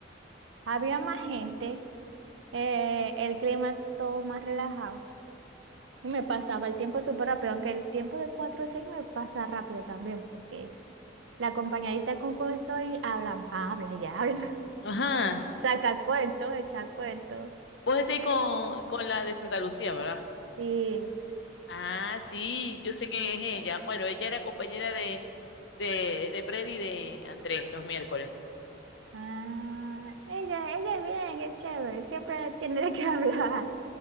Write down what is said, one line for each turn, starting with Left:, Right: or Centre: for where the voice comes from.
Right: había más gente, eh, el clima todo más relajado. Y me pasaba el tiempo súper rápido, aunque el tiempo de 4 a 6 me pasa rápido también, porque la compañerita con con estoy habla, habla y habla, <laughs>
Left: Ajá.
Right: saca cuentos, echa cuentos.
Left: Vos estés con, con la de Santa Lucía, ¿verdad?
Right: sí,
Left: Ah, sí, yo sé quién es ella. Bueno, ella era compañera de, de, de Freddy y de Andrés los miércoles.
Right: ah, ella, ella es bien, es chévere, siempre tiene de qué <laughs> hablar